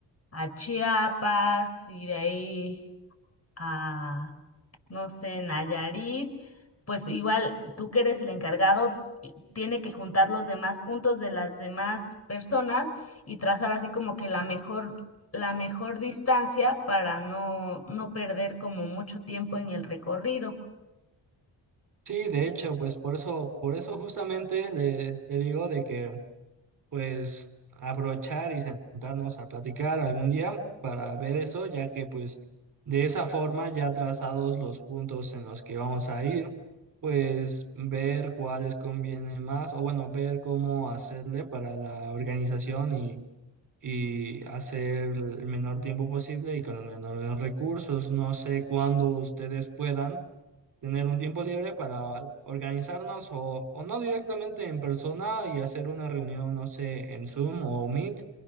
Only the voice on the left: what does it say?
a Chiapas, y de ahí a, no sé, Nayarit, pues igual tú que eres el encargado, i- tiene que juntar los demás puntos de las demás personas y trazar así como que la mejor, la mejor distancia para no, no perder como mucho tiempo en el recorrido.